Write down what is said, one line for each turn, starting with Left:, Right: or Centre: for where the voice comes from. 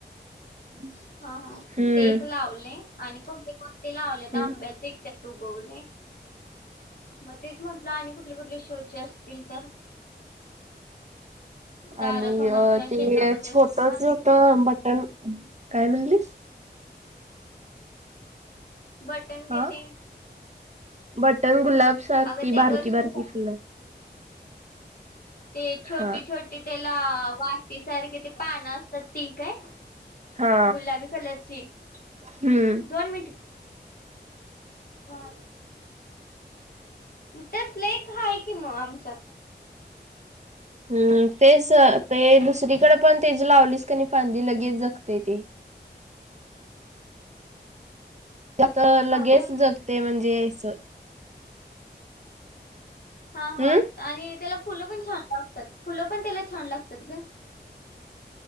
Right: <unintelligible>
Left: ह ह
Right: हम्म
Left: ते एक लावले आणि कोणते कोणते लावलेता
Right: हम्म
Left: आंब्याचे तू गौलय. मग तेच म्हंटलं आणि कुठले कुठले शोचे असतील तर. दारासमोर
Right: आणि अ
Left: किंवा शेतामध्ये
Right: ते छोट
Left: असं छान
Right: छोट
Left: दिसत
Right: बट पण हम्म काय म्हणलीस?
Left: बटन
Right: हा
Left: ग ते
Right: बटण गुलाब सारखी
Left: अगं ते
Right: बारकी
Left: ग शोसाठी
Right: बारकी फुलं.
Left: ते छोटी
Right: हा
Left: छोटी त्याला वाटीसारखे ते पानं असतात ती काय.
Right: हा
Left: गुलाबी कलरची ब
Right: हम्म
Left: दोन मिनट वाय तसलं एक आहे की मग आमच्यात
Right: हम्म तेच ते दुसरीकदं पण तेज लावलीस क नाही फांदी लगेच जगते ती. त्यातर लगेच
Left: हा बोल की
Right: जगते म्हणजे अस.
Left: हा हा
Right: हम्म
Left: आणि त्याला फुलं पण छान लागतात. फुलं पण त्याला छान लागतात ग.